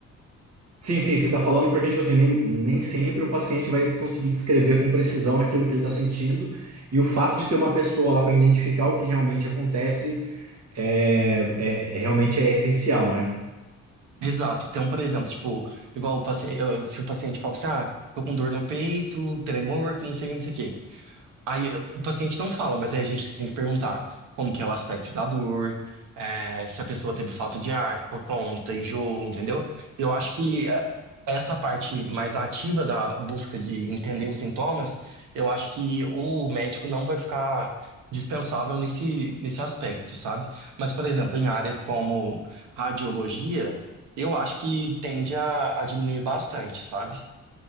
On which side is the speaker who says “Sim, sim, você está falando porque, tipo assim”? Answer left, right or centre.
Right